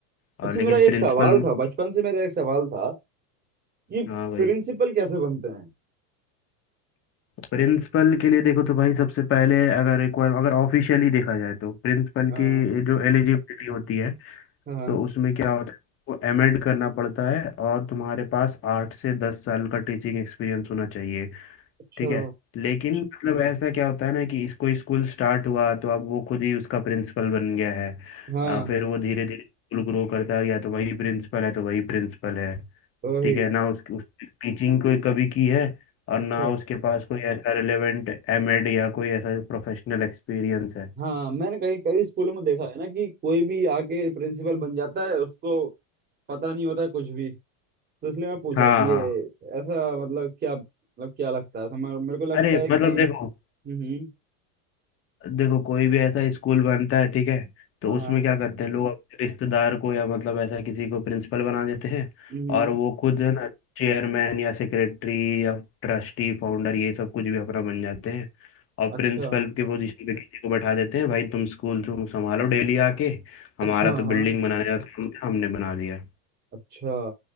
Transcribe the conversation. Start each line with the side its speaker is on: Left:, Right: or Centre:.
Left: और
Right: अच्छा
Left: लेकिन
Right: मेरा
Left: प्रिंसिपल
Right: एक सवाल था बचपन से मेरा एक सवाल था कि
Left: हाँ भाई
Right: प्रिंसिपल कैसे बनते हैं
Left: प्रिंसिपल के लिए देखो तो भाई सबसे पहले अगर रिक्वायर अगर ऑफिशियली देखा जाए तो प्रिंसिपल
Right: हाँ
Left: की जो एलिजिबिलिटी होती है
Right: हाँ
Left: तो उसमें क्या होता है वो एमएड करना पड़ता है और तुम्हारे पास आठ से दस साल का टीचिंग एक्सपीरियंस होना चाहिए
Right: अच्छा
Left: ठीक है लेकिन मतलब ऐसा क्या होता है ना कि इसको स्कूल स्टार्ट हुआ तो अब वो खुद ही उसका प्रिंसिपल बन गया है
Right: हाँ
Left: आ, फिर वो धीरे धीरे स्कूल ग्रो करता गया तो वही प्रिंसिपल है तो वही प्रिंसिपल है
Right: ओही
Left: ठीक है ना उस, उस टीचिंग कोई कभी की है और
Right: अच्छा
Left: ना उसके पास कोई ऐसा रिलेवेंट एमएड या कोई ऐसा प्रोफेशनल एक्सपीरियंस है
Right: हाँ मैंने कहीं कई स्कूलों में देखा है ना कि कोई भी आके प्रिंसिपल बन जाता है उसको पता नहीं होता कुछ भी तो इसलिए मैं पूछा
Left: हाँ
Right: कि
Left: हाँ
Right: ये ऐसा मतलब क्या मतलब क्या लगता है तो मेरे मेरे को लगता
Left: अरे
Right: है
Left: मतलब
Right: कि
Left: देखो
Right: हम्म
Left: देखो कोई भी ऐसा स्कूल बनता है ठीक है तो
Right: हाँ
Left: उसमें
Right: हाँ
Left: क्या करते हैं लोग अपने रिश्तेदार को या मतलब ऐसा किसी को प्रिंसिपल बना देते हैं
Right: हम्म
Left: और वो खुद है ना चेयरमैन या सेक्रेटरी या ट्रस्टी फाउंडर ये सब कुछ भी अपना बन जाते हैं और
Right: अच्छा
Left: प्रिंसिपल के पोजीशन पे किसी को बैठा देते हैं भाई तुम स्कूल तुम संभालो डेली आके हमारा
Right: हाँ
Left: तो
Right: हाँ
Left: बिल्डिंग बनाने का काम था हमने बना दिया
Right: अच्छा